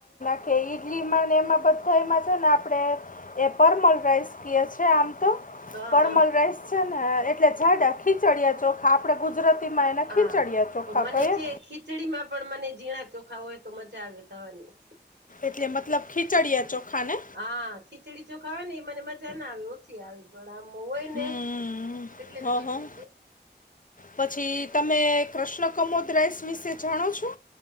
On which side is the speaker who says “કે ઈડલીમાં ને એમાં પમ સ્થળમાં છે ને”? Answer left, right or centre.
Left